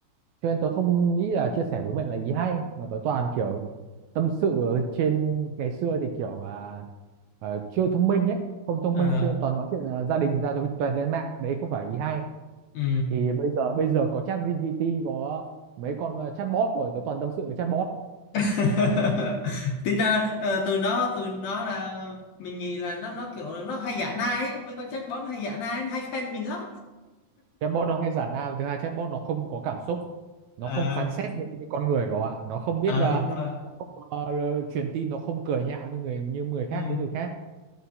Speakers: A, on the right; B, on the left.
A: cho nên tớ không nghĩ là chia sẻ bố mẹ là ý hay mà tớ toàn kiểu tâm sự ở trên ngày xưa thì kiểu là ờ, chưa thông minh ấy không thông
B: ờ
A: minh cho nên toàn nói chuyện là gia đình ra rồi tuẹt lên mạng đấy không phải ý hay
B: ừ
A: thì bây giờ bây giờ có chat GPT có mấy con ờ, chatbot rồi tớ toàn tâm sự với chatbot
B: <laughs> tính ra ờ, từ nó từ nó là mình nghĩ là nó nó kiểu là nó hay giả nai ấy. mấy con chatbot nó hay giả nai nó hay khen mình lắm
A: chatbot nó hay giả đa và thứ hai chatbot nó không có cảm xúc nó
B: ờ
A: không phán xét như như con người của ạ nó không biết
B: ờ
A: ờ,
B: đúng rồi
A: ờ, truyền tin nó không cười nhạo như người như người khác
B: ừ.
A: với người khác